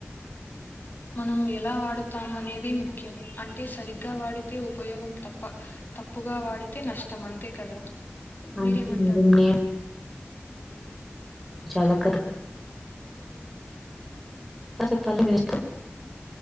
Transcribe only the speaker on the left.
మనం ఎలా వాడుతాం అనే ది ముఖ్యం అంటే సరిగ్గా వాడితే ఉపయోగం తప్ప, తప్పుగా వాడితే నష్టం అంతే కదా.
మీరేమంటారు